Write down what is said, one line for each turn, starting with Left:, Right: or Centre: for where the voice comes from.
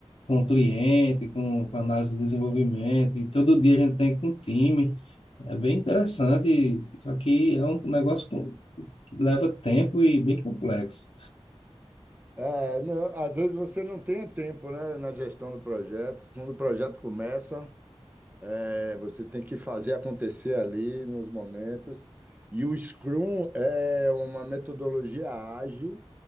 Left: com o cliente, com, com análise de desenvolvimento, e todo dia a gente tem com o time. É bem interessante, só que é um negócio com- que leva tempo e bem complexo.
Right: É, não, às vezes você não tem tempo, né, na gestão do projeto. Quando o projeto começa, é, você tem que fazer acontecer ali nos momentos. E o Scrum é uma metodologia ágil